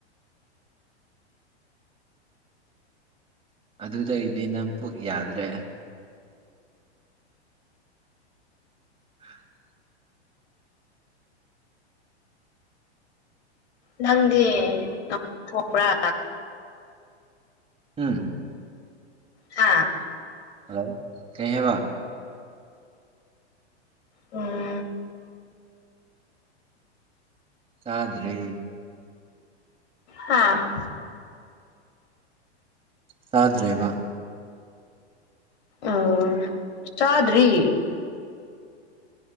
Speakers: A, on the right; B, on the left.
A: ꯑꯗꯨꯗꯒꯤꯗꯤ ꯅꯪ ꯄꯨꯛ ꯌꯥꯗ꯭ꯔꯦ <inaudible>
B: ꯅꯪꯗꯤ <unintelligible> ꯊꯣꯡꯕ꯭ꯔꯥ
A: ꯎꯝ
B: ꯍꯥꯥ
A: ꯍꯜꯂꯣ ꯀꯩ ꯍꯥꯏꯕ
B: ꯎꯝ
A: ꯆꯥꯗ꯭ꯔꯤ
B: ꯍꯥꯥ
A: ꯇꯥꯗ꯭ꯔꯦꯕ
B: ꯎꯝ ꯆꯥꯗ꯭ꯔꯤ